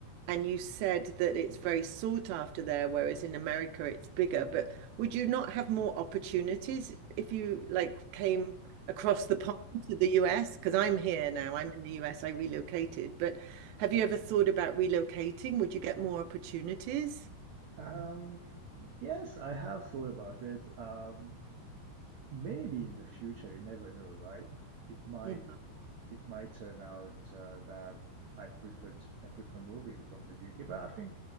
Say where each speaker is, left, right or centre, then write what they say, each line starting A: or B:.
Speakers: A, on the right (about 85°); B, on the right (about 55°).
A: and you said that it's very sought after there, whereas in America it's bigger, but would you not have more opportunities if you like came across the pond to the US? Because I'm here now, I'm in the US, I relocated. But have you ever thought about relocating? Would you get more opportunities?
B: um, yes, I have thought about it. Um, maybe in the future, you never know, right? It might
A: Yeah.
B: it might turn out uh, that I prefer I prefer moving from the UK, but I think